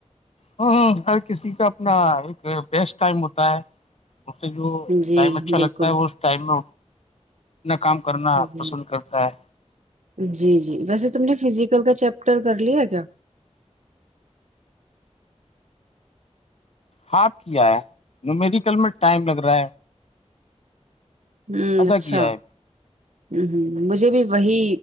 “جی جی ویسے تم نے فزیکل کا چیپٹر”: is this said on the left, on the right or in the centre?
Right